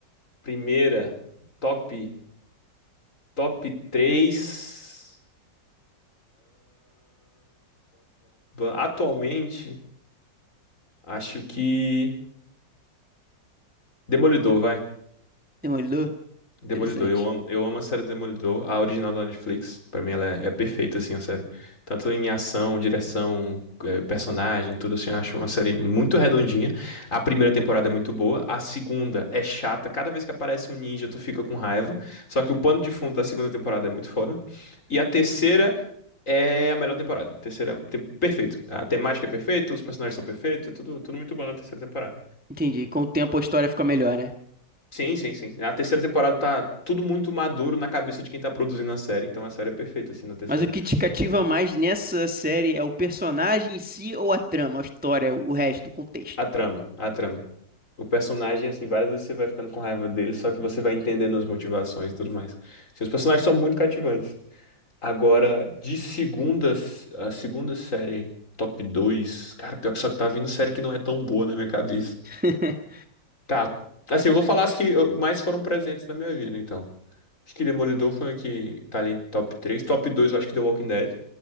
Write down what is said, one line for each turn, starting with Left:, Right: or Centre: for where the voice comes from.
Left: Primeira, top top 3. atualmente, acho que Demolidor, vai.
Centre: Demolidor?
Left: Demolidor,
Centre: Interessante.
Left: eu amo, eu amo a série Demolidor, a original da Netflix. Pra mim ela é, é perfeita, assim, a série. Tanto em ação, direção, eh, personagem, tudo assim, eu acho uma série muito redondinha. A primeira temporada é muito boa, a segunda é chata. Cada vez que aparece um ninja, tu fica com raiva. Só que o pano de fundo da segunda temporada é muito foda. E a terceira é a melhor temporada. Terceira, tem, perfeito. A temática é perfeita, os personagens são perfeitos, é tudo, tudo muito bom na terceira temporada.
Centre: Entendi. Com o tempo a história fica melhor, né?
Left: Sim, sim, sim. A terceira temporada tá tudo muito maduro na cabeça de quem tá produzindo a série, então a série é perfeita, assim, na terceira.
Centre: Mas o que te cativa mais nessa série é o personagem em si ou a trama, a história, o resto, o contexto?
Left: A trama, a trama. O personagem, assim, várias vezes você vai ficando com raiva dele, só que você vai entendendo as motivações e tudo mais. Assim, os personagens são muito cativantes. Agora, de segunda, a segunda série top 2 cara, pior que só que tá vindo série que não é tão boa na minha cabeça.
Centre: <laughs>
Left: Tá, assim, eu vou falar as que eu- mais foram presentes na minha vida, então. Acho que Demolidor foi uma que tá ali em top três Top 2 eu acho que The Walking Dead.